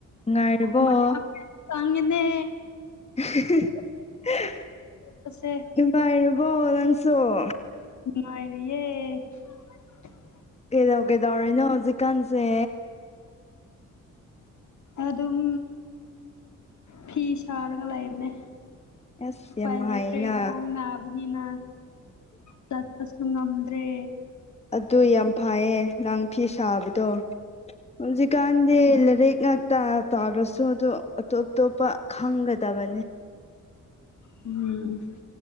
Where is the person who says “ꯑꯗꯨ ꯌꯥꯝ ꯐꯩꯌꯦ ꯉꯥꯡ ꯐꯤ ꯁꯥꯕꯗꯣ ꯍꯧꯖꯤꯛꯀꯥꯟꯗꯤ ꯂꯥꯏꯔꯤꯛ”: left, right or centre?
Left